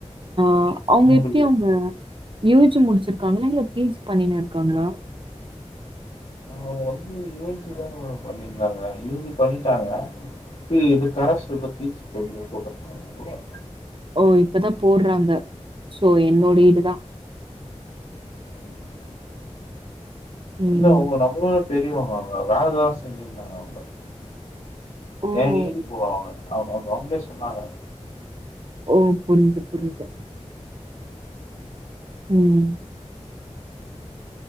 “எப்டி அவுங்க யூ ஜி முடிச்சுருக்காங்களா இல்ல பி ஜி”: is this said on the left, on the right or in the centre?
Right